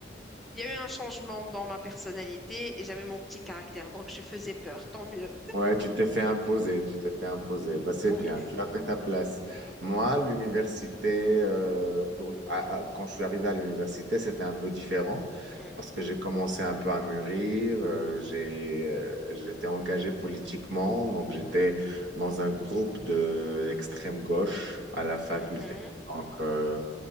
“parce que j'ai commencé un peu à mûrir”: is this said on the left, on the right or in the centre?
Right